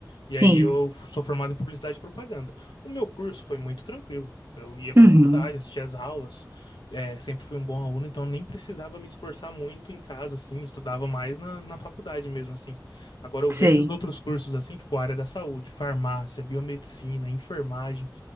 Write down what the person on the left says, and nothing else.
E
aí eu sou formado em publicidade e propaganda. O meu curso foi muito tranquilo. Eu ia pra
faculdade, assistia as aulas, é, sempre fui um bom aluno, então nem precisava me esforçar muito em casa, assim, estudava mais na, na faculdade mesmo, assim. Agora eu
vejo os outros cursos, assim, tipo área da saúde, farmácia, biomedicina, enfermagem.